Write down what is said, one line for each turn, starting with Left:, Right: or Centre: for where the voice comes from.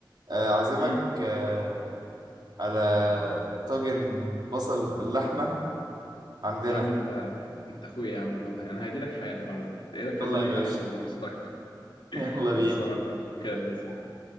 Right: آه، أعزمك
Left: امم
Right: آه، على طاجن بصل باللحمة عندنا
Left: يا عم انت انت اخويا يا عم والله انا هاجي لك حالا او ايه رايك تعزمني
Right: يلا يا باشا
Left: حالا وابقى مبسوط اكتر
Right: <laughs> يلا
Left: <laughs> خلصانه
Right: بينا
Left: يعني. يلا سلام